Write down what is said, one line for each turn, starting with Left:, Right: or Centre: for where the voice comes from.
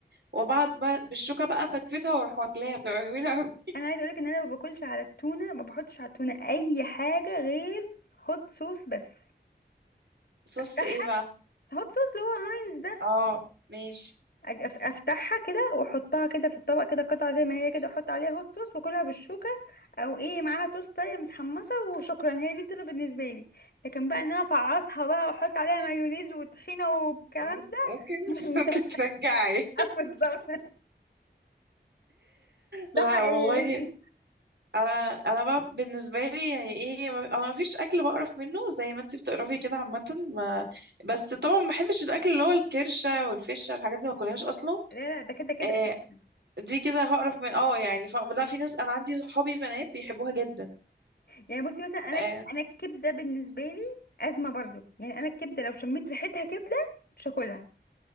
Right: وبعد بقى بالشوكة بقى فتفتها واروح واكلاها بتبقى جميلة قوي
Left: انا عايزه اقولك ان انا ما باكلش على التونه ما بحطش على التونه اي حاجه غير هوت صوص بس
Right: صوص
Left: افتحها
Right: ايه بقى
Left: هوت صوص اللي هو هاينز ده
Right: اه ماشي
Left: أج- أف- افتحها كده واحطها كده في الطبق كده قطعه زي ما هي كده احط عليها هوت صوص واكلها بالشوكه او ايه معاها توستايه متحمسه وشكرا هي دي بتبقى بالنسبه لي لكن بقى ان انا افعصها بقى واحط عليها مايونيز وطحينه والكلام
Right: مم،
Left: ده
Right: ممكن <laughs>
Left: <laughs>
Right: ممكن
Left: لا
Right: ترجعي
Left: بالظبط
Right: لا
Left: ده حقيقي
Right: والله انا انا بقى بالنسبة لي يعني ايه ما- انا مفيش اكل بقرف منه زي ما انتي بتقرفي كده عامة ما بس طبعا ما بحبش الاكل اللي هو الكرشة والفشة الحاجات دي ما باكلهاش اصلا
Left: لا لا ده كده كده
Right: آه،
Left: اساسا
Right: دي كده هقرف من اه يعني ف... لا في ناس انا عندي صحابي بنات بيحبوها جدا
Left: يعني بصي مثلا انا
Right: آه.
Left: انا الكبده بالنسبه لي ازمه برضو يعني انا الكبده لو شميت ريحتها كبده مش هاكلها